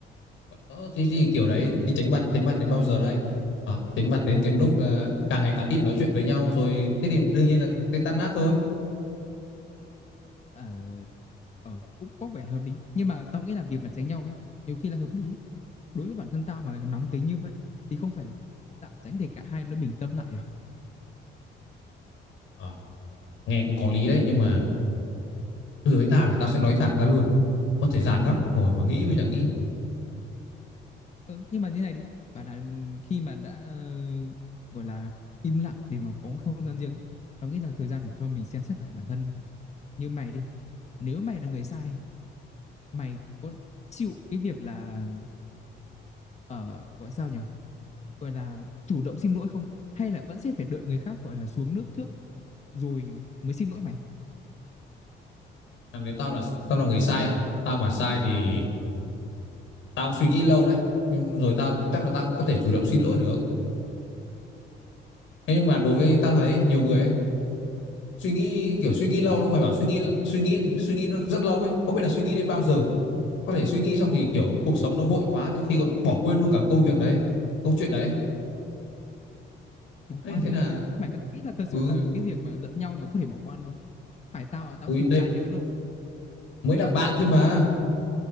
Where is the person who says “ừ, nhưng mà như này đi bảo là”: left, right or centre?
Left